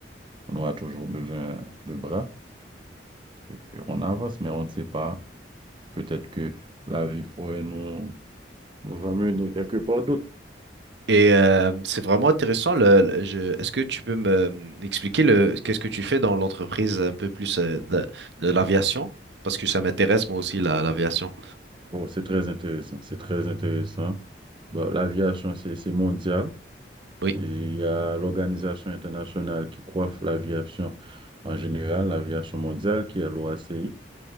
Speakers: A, on the right (about 30°); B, on the right (about 70°).
A: On aura toujours besoin de bras. Et on avance, mais on ne sait pas. Peut-être que la vie pourrait nous Nous emmener quelque part d'autre.
B: Et euh, c'est vraiment intéressant. Le, le- je- est-ce que tu peux me expliquer le, qu'est-ce que tu fais dans l'entreprise un peu plus euh, de, de l'aviation? Parce que ça m'intéresse moi aussi, la, l'aviation.
A: Bon, c'est très intéressant, c'est très intéressant. Bon, l'aviation, c'est c'est mondial
B: Oui,
A: et il y a l'organisation internationale qui coiffe l'aviation en général, l'aviation mondiale, qui est l'OACI.